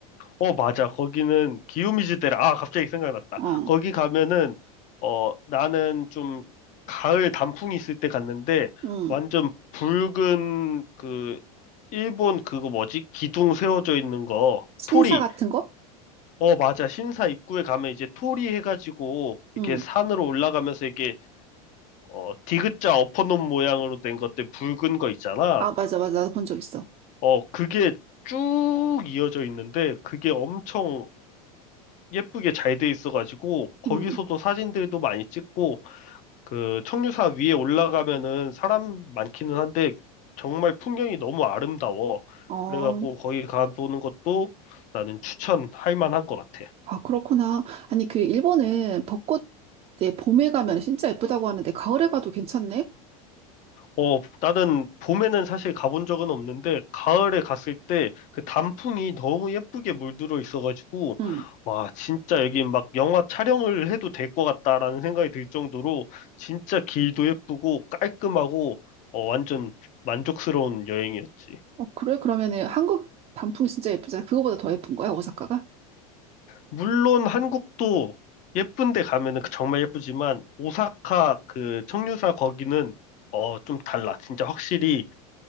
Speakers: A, on the left; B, on the right.
A: 어, 맞아. 거기는 기요미즈데라. 아, 갑자기 생각났다.
B: 어,
A: 거기 가면은, 어, 나는 좀 가을 단풍이 있을 때 갔는데,
B: 응.
A: 완전 붉은 그, 일본 그거 뭐지? 기둥 세워져 있는 거.
B: 신사
A: 토리.
B: 같은 거?
A: 어, 맞아. 신사 입구에 가면 이제 토리 해가지고, 이렇게
B: 응.
A: 산으로 올라가면서 이렇게, 어, 디귿자 엎어놓은 모양으로 된 것들 붉은 거 있잖아.
B: 아, 맞아, 맞아. 나도 본 적 있어.
A: 어, 그게 쭉 이어져 있는데, 그게 엄청 예쁘게 잘 돼 있어가지고 거기서도
B: 응.
A: 사진들도 많이 찍고 그 청류사 위에 올라가면은 사람 많기는 한데 정말 풍경이 너무 아름다워.
B: 어,
A: 그래가지고 거기 가보는 것도 나는 추천할 만한 것 같아.
B: 아, 그렇구나. 아니, 그 일본은 벚꽃 때 봄에 가면 진짜 예쁘다고 하는데 가을에 가도 괜찮네?
A: 어, 나는 봄에는 사실 가본 적은 없는데, 가을에 갔을 때 그 단풍이 너무 예쁘게 물들어 있어가지고,
B: 응.
A: 와, 진짜 여기 막 영화 촬영을 해도 될 것 같다라는 생각이 들 정도로, 진짜 길도 예쁘고 깔끔하고, 어, 완전 만족스러운 여행이었지.
B: 어, 그래? 그러면은 한국 단풍 진짜 예쁘잖아. 그거보다 더 예쁜 거야, 오사카가?
A: 물론 한국도 예쁜데 가면은 그 정말 예쁘지만, 오사카 그 청류사 거기는, 어, 좀 달라. 진짜 확실히